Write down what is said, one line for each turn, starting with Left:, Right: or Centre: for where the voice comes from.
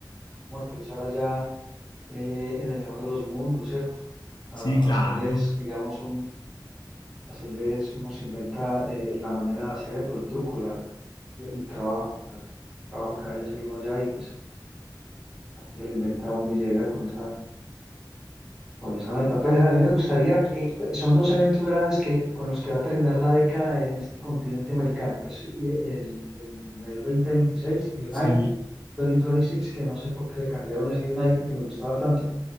Centre: cómo aterrizar allá eh, en el mejor de los mundos, ¿cierto? A,
Left: Sí, claro.
Centre: a hacerles, digamos, un, hacerles, uno se inventa eh, la manera de hacerlo, el truco, la- el trabajo, la- el trabajo que vaya a hacer uno allá y pues así se lo inventa uno y llega con esa, con esa meta. Pues a mí me gustaría, eh, son dos eventos grandes que, con los que va a terminar la década en este continente americano, que es el, el Mundial 2026, United
Left: Sí,
Centre: 2026, que no sé por qué le cambiaron ese United que me gustaba tanto